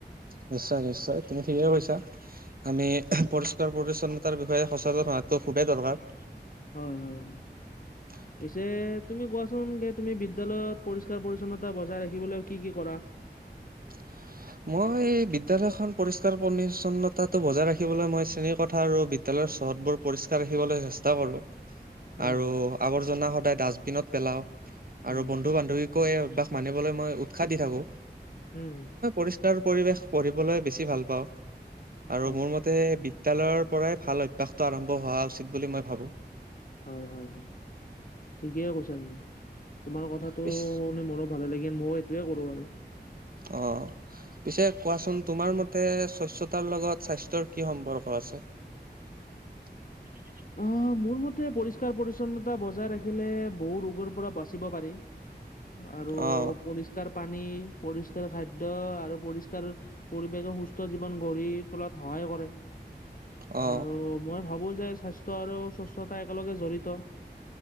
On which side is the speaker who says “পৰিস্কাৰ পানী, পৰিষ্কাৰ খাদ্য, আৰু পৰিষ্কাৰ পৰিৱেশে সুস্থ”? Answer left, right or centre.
Left